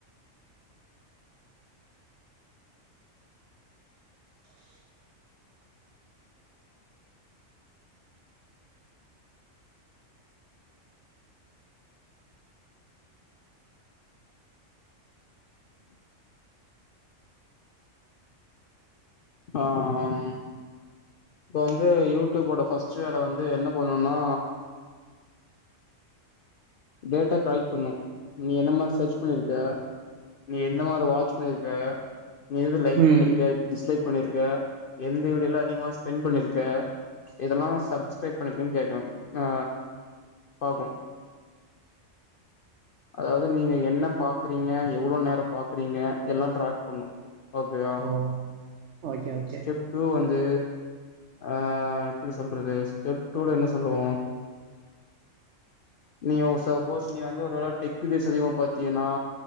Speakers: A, on the left; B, on the right.
A: ஆம் இப்போ வந்து யூடியூபோட ஃபர்ஸ்ட் ஷேர வந்து என்ன பண்ணுன்னா டேட்டா கலெக்ட் பண்ணு நீ என்ன மார் சர்ச் பண்ணிருக்க நீ என்ன மாரி வாட்ச் பண்ணிருக்க நீ எது லைக்
B: ம்
A: பண்ணிருக்க டிஸ்லைக் பண்ணிருக்க எந்த வீடியோல அதிகம ஸ்பெண் பண்ணிருக்க இதெல்லா சப்ஸ்கிரைப் பண்ணீர்கனு கேக்கூ ஆ பாக்கூ அதாவது நீங்க என்ன பாக்குறீங்க எவ்ளோ நேரோ பாக்குறீங்க எல்லா டிராக் பண்ணு ஓகேயா
B: oh okay okay
A: step two வந்து ஆ எப்டி சொல்றது ஸ்டெப் டூல என்ன சொல்லுவோ நீ ஓ சப்போஸ் நீ வந்து ஒருவேள டெக் வீடியோஸ் அதிகமா பாத்தீயனா